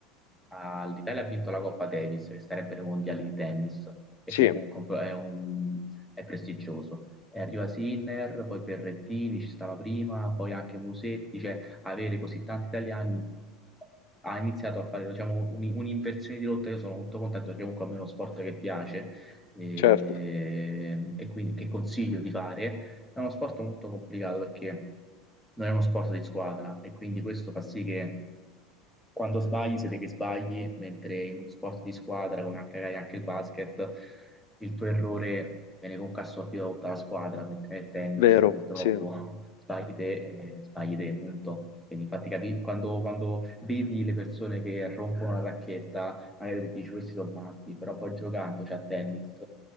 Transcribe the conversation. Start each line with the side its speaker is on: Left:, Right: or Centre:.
Centre: all'Italia ha vinto la Coppa Davis, che sarebbero i mondiali di tennis, e
Left: sì,
Centre: che comunque un po' è, un- è prestigioso. E arriva Sinner, poi Berrettini ci stava prima, poi anche Musetti, cioè avere così tanti italiani ha iniziato a fare diciamo, un- un'inversione di rotta. Io sono molto contento perché comunque a me è uno sport che piace e,
Left: certo,
Centre: e quindi che consiglio di fare è uno sport molto complicato perché non è uno sport di squadra e quindi questo fa sì che quando sbagli siete che sbagli, mentre in uno sport di squadra, come anche magari anche il basket, il tuo errore viene comunque assorbito da tutta la squadra, mentre nel tennis
Left: vero,
Centre: purtroppo
Left: sì,
Centre: sbagli te, eh, sbagli te, punto. Quindi infatti capi- quando, quando vedi le persone che rompono la racchetta magari dici questi sono matti, però poi giocandoci a tennis,